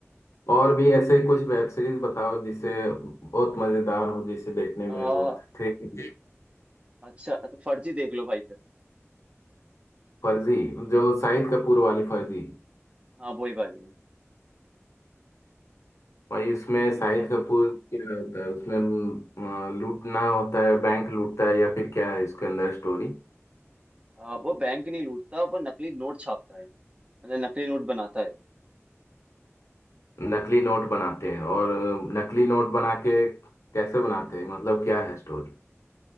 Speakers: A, on the left; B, on the right.
A: और भी ऐसे कुछ वेब सीरीज बताओ जिसे बहुत मजेदार हो जिसे देखने
B: आ,
A: में बहुत थ्रिल
B: अच्छा तो फर्जी देख लो भाई फिर
A: फर्जी जो शाहिद कपूर वाली फर्जी
B: हाँ वही वाली
A: भाई उसमें
B: वो भी
A: शाहिद
B: काफी
A: कपूर क्या होता है उसमें अम, अ, लूटना होता है बैंक लूटता है या फिर क्या है इसके अंदर स्टोरी
B: आ, वो बैंक नहीं लूटता वो नकली नोट छापता है मतलब नकली नोट बनाता है
A: नकली नोट बनाते हैं और अ, नकली नोट बना के कैसे बनाते हैं मतलब क्या है स्टोरी